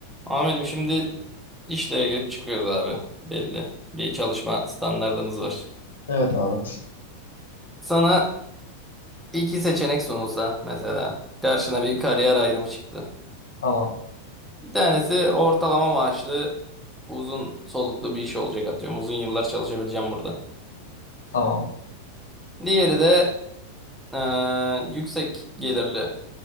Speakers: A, in the centre; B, on the left (about 65°).
A: Ahmet'im şimdi işlere girip çıkıyoruz abi. Belli. Bir çalışma standardımız var.
B: Evet abi.
A: Sana iki seçenek sunulsa mesela karşına bir kariyer ayrımı çıktı.
B: Tamam.
A: Bir tanesi ortalama maaşlı uzun soluklu bir iş olacak atıyorum. Uzun yıllar çalışabileceğim burada.
B: Tamam.
A: Diğeri de eee, yüksek gelirli